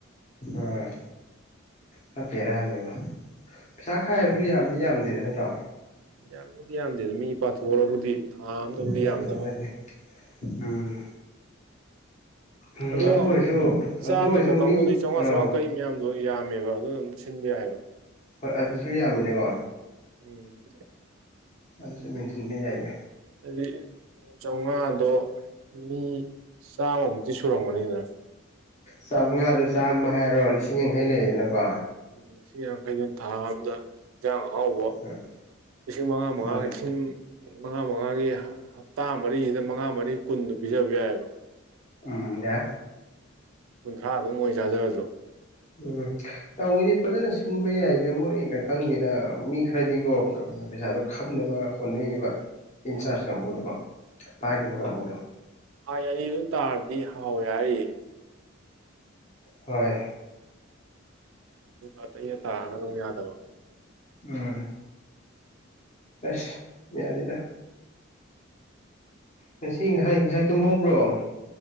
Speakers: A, on the left; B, on the right.
A: ꯑ ꯈꯔ ꯕ‌ꯦꯔ ꯅꯤꯕ ꯄꯩꯁꯥ ꯈꯥꯏꯕꯁꯨ ꯌꯥꯝꯗꯤ ꯌꯥꯝꯗꯦꯗ ꯅꯠꯇ꯭ꯔꯣ
B: ꯌꯥꯝꯕꯨꯗꯤ ꯌꯥꯝꯗꯦꯗ ꯃꯤ ꯄꯥꯊꯣꯛꯣꯛꯎꯔꯕꯨꯗꯤ ꯊꯥ ꯑꯝꯗꯕꯨꯗꯤ
A: ꯂꯨꯄꯥ
B: ꯌꯥꯝꯗꯕ
A: ꯊꯣꯛꯑꯒꯗꯤ ꯎꯝ ꯎꯝ
B: ꯑꯗꯣ
A: ꯑꯗꯨ ꯑꯣꯏꯔꯁꯨ
B: ꯆꯥꯗꯕ
A: ꯑꯗꯨ ꯑꯣꯏꯔꯁꯨ
B: ꯀꯥꯡꯕꯨꯗꯩ
A: ꯃꯤ
B: ꯆꯥꯎꯉꯥ
A: ꯑ
B: ꯆ‌ꯎꯉꯥ ꯀꯛꯏ ꯃꯌꯥꯝꯗꯣ ꯌꯥꯝꯃꯦꯕ ꯑꯗꯨ ꯑꯗꯨꯝ ꯁꯤꯟꯕ ꯌꯥꯔ ꯍꯥꯏꯕ
A: ꯍꯣꯏ ꯑꯗꯨꯁꯨ ꯌꯥꯝꯃꯤꯅꯦꯀꯣ
B: ꯎꯝ
A: ꯑꯗꯨꯁꯨ ꯃꯦꯟꯁꯤꯟꯕ ꯌꯥꯏꯅꯦ
B: ꯑꯗꯤ ꯆꯥꯎꯉꯥꯗꯣ ꯃꯤ ꯆꯥꯝꯃꯃꯨꯛꯇꯤ ꯁꯨꯔꯝꯒꯅꯤꯗꯅ
A: ꯆꯥꯝꯃꯉꯥꯗꯨ ꯆꯥꯝꯃ ꯍꯥꯏꯔꯣ ꯂꯤꯁꯤꯡ ꯌꯥꯡꯈꯩ ꯂꯩꯔꯗꯅꯀꯣ
B: ꯂꯤꯁꯤꯡ ꯌꯥꯡꯈꯩꯗꯨꯟ ꯊꯥ ꯑꯝ ꯏꯟꯖꯥꯡ ꯑꯍꯥꯎꯕ
A: ꯎꯝ
B: ꯂꯤꯁꯤꯡ ꯃꯉꯥ ꯃꯉꯥ
A: ꯃꯥꯅꯦ
B: ꯂꯤꯁꯤꯡ ꯃꯉꯥ ꯃꯉꯥꯒꯤ ꯍꯞꯇꯥ ꯃꯔꯤꯁꯤꯗ ꯃꯉꯥ ꯃꯔꯤ ꯀꯨꯟꯗꯨꯣ ꯄꯤꯖꯕ ꯌꯥꯏꯑꯕ
A: ꯎꯝ ꯌꯥꯏ
B: ꯀꯨꯟꯊ꯭ꯔꯥ ꯑꯗꯨꯝ ꯃꯣꯏ ꯆꯥꯖꯔꯁꯨ
A: ꯎꯝ ꯇꯧꯋꯤꯗꯤ ꯐꯖꯅ ꯁꯤꯟꯕ ꯌꯥꯏꯗ ꯃꯣꯏ ꯀ ꯈꯪꯗꯦꯗ ꯃꯤ ꯈꯔꯗꯤꯀꯣ ꯄꯩꯁꯥꯗꯣ ꯈꯞꯅꯕ ꯍꯣꯠꯅꯩꯌꯦꯕ ꯏꯟꯁꯥꯔꯁ ꯀꯝꯕꯨꯗꯨꯀꯣ ꯄꯥꯏꯔꯤꯕ ꯀꯝꯕꯗꯨ
B: ꯑ ꯑꯅꯤ ꯑꯗꯨꯝ ꯇꯥꯔꯕꯗꯤ ꯍꯥꯎꯋꯦ ꯍꯥꯏꯔꯤꯌꯦ
A: ꯍꯣꯏ
B: ꯑꯇꯩ ꯅ ꯇꯥꯔꯒꯅ ꯃ‌ꯣꯡ ꯌꯥꯗꯕ
A: ꯎꯝ ꯑꯁ ꯌꯥꯅꯤꯗ ꯉꯁꯤ ꯉꯁꯥꯏ ꯉꯁꯥꯏ ꯇꯨꯝꯍꯧꯕ꯭ꯔꯣ